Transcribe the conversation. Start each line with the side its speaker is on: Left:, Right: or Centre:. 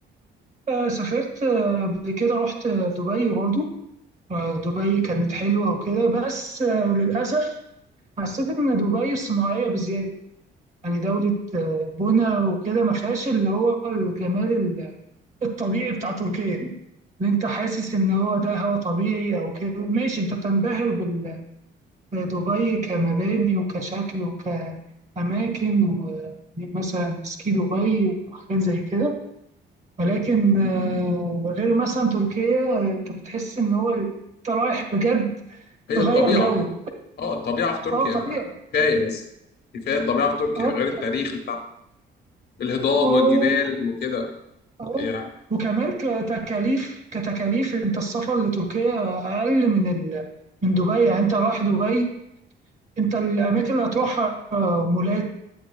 Right: آه، سافرت آه، قبل كده رحت آه، دبي برضو آه، دبي كانت حلوة وكده بس آه، للأسف حسيت إن دبي صناعية بزيادة يعني دولة آه، بنا وكده ما فيهاش اللي هو الجمال ال- الطبيعي بتاع تركيا اللي أنت حاسس إن هو ده هو طبيعي أو كده ماشي أنت بتنبهر بال- بدبي كمباني وكشكل وكأماكن ومثلا سكي دبي وحاجات زي كده ولكن آه، غير مثلا تركيا آه، انت بتحس ان هو ال- انت رايح بجد
Left: هي
Right: تغير
Left: الطبيعة
Right: جو
Left: يعني اه الطبيعة في تركيا
Right: اه طبيعي
Left: كفاية بس كفاية الطبيعة في تركيا
Right: اه
Left: غير التاريخ
Right: ك-
Left: بتاع الهضاب
Right: آه، آه.
Left: والجبال وكده
Right: اه.
Left: يعني
Right: وكمان كتكاليف كتكاليف انت السفر لتركيا اقل من ال... من دبي يعني انت رايح دبي انت الاماكن اللي هتروحها آه، مولات